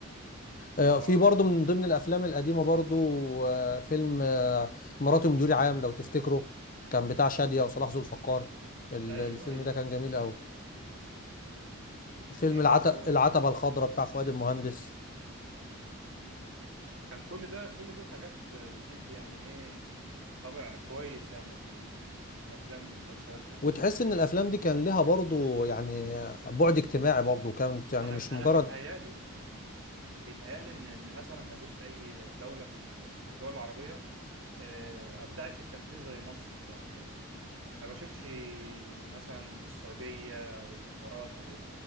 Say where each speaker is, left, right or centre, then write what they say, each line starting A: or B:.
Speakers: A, on the right (about 60°); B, on the left (about 40°).
A: اللي
B: آه،
A: هو
B: في برضه من ضمن الافلام القديمة برضه آه، فيلم آه، مراتي مديري عام لو تفتكره كان بتاع شادية وصلاح ذو الفقار ال-
A: ايوه
B: الفيلم
A: ايوه
B: ده كان جميل قوي
A: كان
B: فيلم
A: في
B: العت-
A: برضو
B: العتبة الخضراء بتاع فؤاد المهندس
A: كان كل ده كل دي حاجات آه، بتدي يعني ايه طابع كويس يعني الافلام والمسلسلات يعني
B: وتحس
A: المصريه
B: ان الافلام دي كان لها برضه يعني بعد اجتماعي برضه كانت يعني
A: انا
B: مش مجرد
A: انا بيتهيألي بيتهيألي ان ان مثلا ما فيش اي دوله في الدول العربيه آه، ابدعت في التمثيل زي مصر يعني ما بشوفش مثلا السعوديه او الامارات او